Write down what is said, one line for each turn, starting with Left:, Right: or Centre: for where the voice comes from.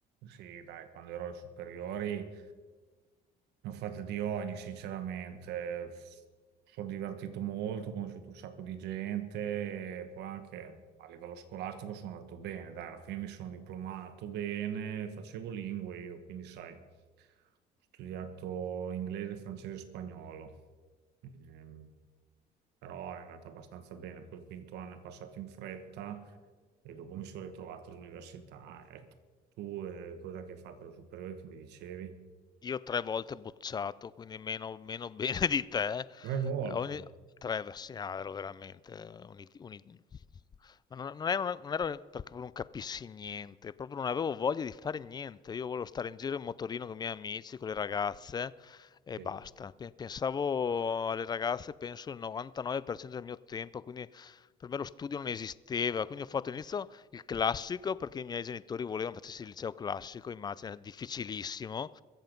Right: Sì, dai, quando ero alle superiori, ne ho fatte di ogni, sinceramente. Sono divertito molto, ho conosciuto un sacco di gente e poi anche a livello scolastico sono andato bene. Dai, alla fine mi sono diplomato bene, facevo lingue io, quindi sai, ho studiato inglese, francese e spagnolo. Ehm, però è andata abbastanza bene. Poi il quinto anno è passato in fretta e dopo mi sono ritrovato all'università. Ecco. Tu eh, cosa che hai fatto alle superiori che mi dicevi?
Left: Io tre volte bocciato, quindi meno, meno <laughs> bene di te. Eh,
Right: Tre volte.
Left: Ogni... Tre versi, no, ero veramente... un it- un it- Ma non, non ero, non ero perché proprio non capissi niente, proprio non avevo voglia di fare niente. Io volevo stare in giro in motorino con i miei amici, con le ragazze e
Right: Sì,
Left: basta. Pe- Pensavo alle ragazze, penso il 99% del mio tempo, quindi per me lo studio non esisteva. Quindi ho fatto all'inizio il classico perché i miei genitori volevano facessi il liceo classico, immagina, difficilissimo.